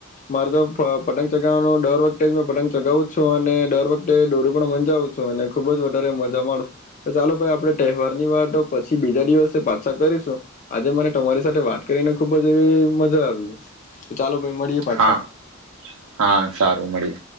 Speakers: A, on the left; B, on the right.
A: મારે તો પતંગ ચગાવવાનું દર વખતે જ મે પતંગ ચગાવું છું અને દર વખતે દોરિ પણ મજાુંું અને ખુબ જ વધારે મજા માશ તો ચાલો ભાઈ આપડણે તહેવાર ની વાત પછી બીજા દિવસે પાછા કરીશું આજે મને તમારી સાથે વાત કરીને ખુબ જ એવી મજા આવી ચાલો ભાઈ મળીએ પાછા
B: હા હા સારું મળીએ